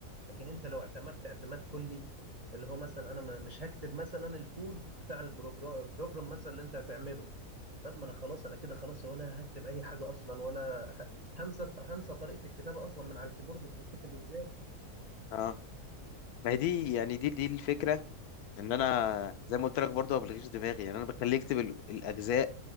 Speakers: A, on the right; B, on the left.
A: لكن انت لو اعتمدت اعتماد كلي اللي هو مثلا انا ما- مش هكتب مثلا الكود بتاع البروجرام البروجرام مثلا اللي انت هتعمله طب ما انا خلاص انا كده خلاص ولا هكتب اي حاجه اصلا ولا <laughs> ه- هنسى هنسى طريقه الكتابه اصلا من على الكيبورد بتتكتب ازاي
B: اه ما هي دي يعني دي دي الفكره ان انا زي ما قلت لك برضه ما بلغيش دماغي يعني انا بخليه يكتب ال- الاجزاء